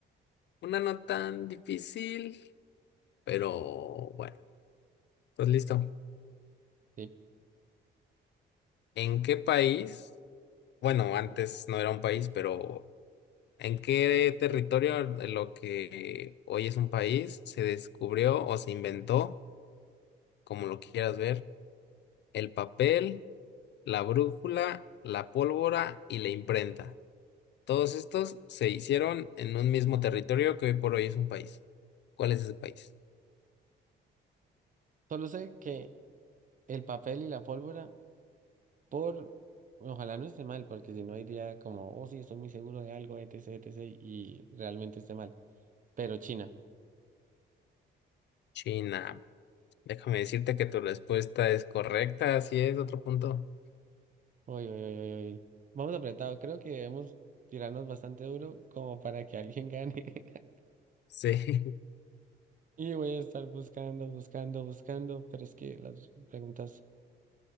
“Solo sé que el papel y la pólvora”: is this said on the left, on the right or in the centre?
Right